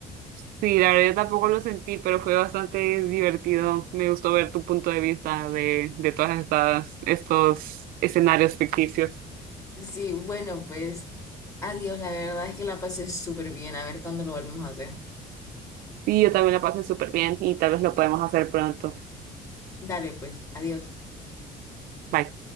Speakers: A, on the right; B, on the left.
A: Sí, la verdad yo tampoco lo sentí, pero fue bastante divertido. Me gustó ver tu punto de vista de, de todas estas, estos escenarios ficticios.
B: Sí, bueno, pues adiós, la verdad es que la pasé súper bien, a ver cuándo lo volvemos a hacer.
A: Sí, yo también la pasé súper bien y tal vez lo podemos hacer pronto.
B: Dale, pues, adiós.
A: Bye.